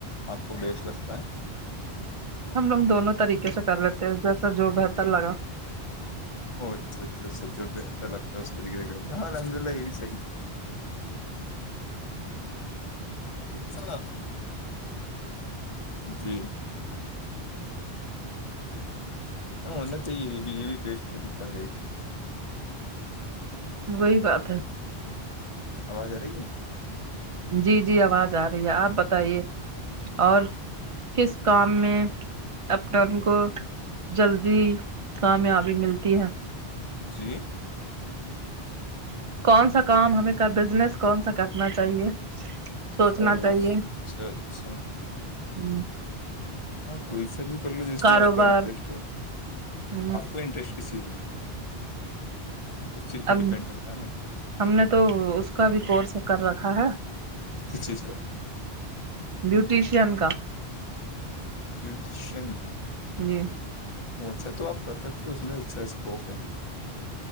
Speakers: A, on the left; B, on the right.
A: آپ کو بیسٹ لگتا ہے
B: ہم لوگ دونوں طریقے سے کر لیتے ہیں جیسا جو بہتر لگا
A: او اچھا اچھا اچھا جو بہتر لگتا ہے اس طریقے سےتے ہیں ہاں الحمد للہ یہ بھی صحی ہے ربو کسنگ جی ہاں ہونا چاہیے یہ بھی یہ بھی بیسٹ طریقہ ہے ایک
B: وہی بات ہے
A: آواز آ رہی
B: جی جی آواز آ رہی ہے آپ بتائیے اور کس کام میں اپنا ان کو جلدی کامیابی ملتی ہے
A: جی
B: کون سا کام ہمیں کا بزنس کون سا کرنا چاہیے سوچنا
A: او
B: چاہیے
A: اچھا اچھا
B: ہ
A: آپ کوئی سا بھی کر لو جس
B: کاروبار
A: میں آپ کا انٹرسٹ ہو
B: ہ
A: آپ کو انٹرسٹ کس چیز میں اس چیز پہ
B: اب
A: ڈیپینڈ کرتا ہے نا
B: ہم نے تو اس کا بھی کورس کر رکھا ہے
A: اس چیز کا
B: بیوٹیشین کا
A: بیوٹیشن
B: جی
A: وہ اچھا تو آپ کر سکتے ہو اس میں اچھا اسکوپ ہے